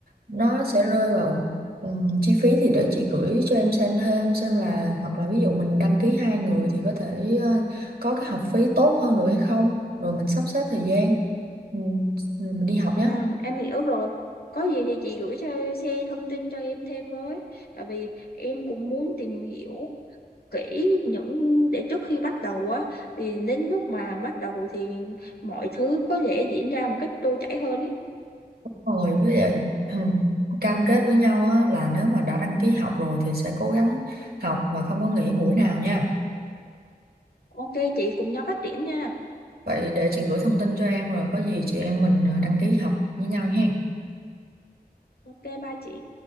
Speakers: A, on the right (about 65°); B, on the left (about 70°).
A: nó sẽ rơi vào ừm, chi phí thì để chị gửi cho em xem thêm xem là hoặc là ví dụ mình đăng ký hai người thì có thể ờ, có cái học phí tốt hơn được hay không, rồi mình sắp xếp thời gian ừm, mình đi học nhé.
B: ừ, em hiểu rồi có gì thì chị gửi cho xe thông tin cho em thêm với tại vì em cũng muốn tìm hiểu kỹ những để trước khi bắt đầu á thì đến lúc mà bắt đầu thì mọi thứ có thể diễn ra một cách trôi chảy hơn ấy
A: Rồi với lại <clears throat> cam kết với nhau á, là nếu mà đã đăng ký học rồi thì sẽ cố gắng học và không có nghỉ buổi nào nha.
B: Ok chị cùng nhau phát triển nha.
A: Vậy để chị gửi thông tin cho em rồi có gì chị em mình ờ, đăng ký học với nhau ha.
B: Ok ba chị.